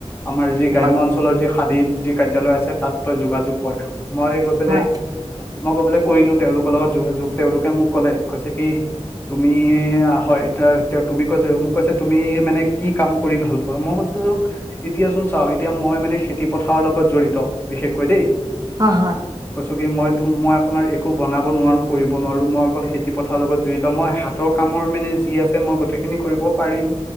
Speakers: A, on the left; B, on the right.
A: আমাৰ যি গ্ৰাম্য
B: হয়
A: অঞ্চলৰ যি সাদী যি কাৰ্যালয় আছে, - তাত তই যোগাযোগ কৰ। মই গৈ পেলাই
B: হয়
A: - মই কবলে কৰিলো তেওঁলোকৰ লগত যোগাযোগ তেওঁলোকে মোক কলে, কৈছে কি - তুমি হয়, তেওঁ তেওঁ তুমি কৈছে মোক কৈছে তুমি - মানে কি কাম কৰি ভাল পোৱা? মই কৈছো এতিয়া চোন - চাওক এতিয়া মই মানে খেতি পথাৰৰ লগত জড়িত, বিশেষকৈ দেই।
B: হয় হয়।
A: কৈছো কি মই মই আপোনাৰ একো বনাব নোৱাৰো কৰিব নোৱাৰো মই অকল খেতি পথাৰৰ লগত জড়িত, মই হা তৰ কামৰ মানে যি আছে মই গোটেইখিনি কৰিব পাৰিম।